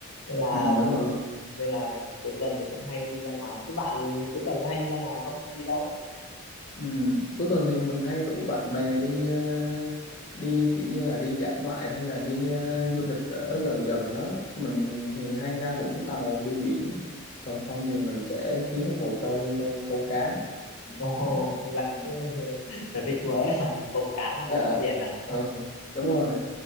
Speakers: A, on the left; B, on the left.
A: nên là
B: ừ đúng rồi
A: nên là cuối tuần thì cũng hay đi ra ngoài thế bạn cuối tuần có hay đi ra ngoài không không đi đâu
B: Ừ. Cuối tuần thì mình hay rủ bạn bè đi ờ, đi kiểu như là đi dã ngoại hay là đi ờ, du lịch ở gần gần đó mình thì hay ra Vũng Tàu đi biển còn không thì mình sẽ kiếm một hồ câu đi câu câu cá
A: Ồ,
B: đấy.
A: Lãnh <laughs> sở thích mới à? Đi câu cá với đi
B: Ờ,
A: ngắm biển à?
B: ờ, đúng rồi